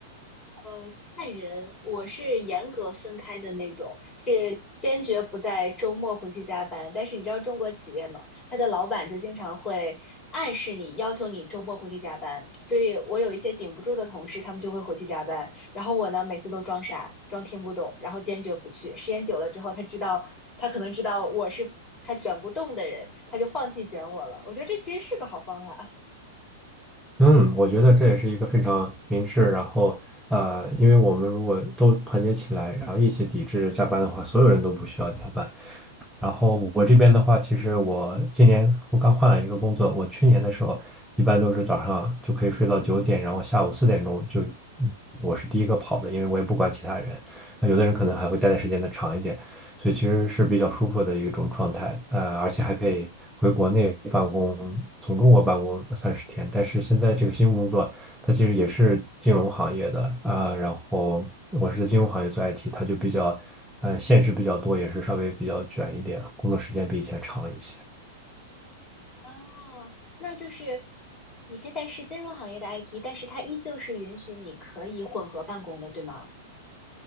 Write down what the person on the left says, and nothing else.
呃，看人，我是严格分开的那种，是坚决不在周末回去加班。但是你知道中国企业嘛，他的老板就经常会暗示你，要求你周末回去加班。所以我有一些顶不住的同事，他们就会回去加班。然后我呢，每次都装傻，装听不懂，然后坚决不去。时间久了之后，他知道，他可能知道我是他卷不动的人，他就放弃卷我了。我觉得这其实是个好方法。
哦，那就是你现在是金融行业的 IT，但是它依旧是允许你可以混合办公的，对吗？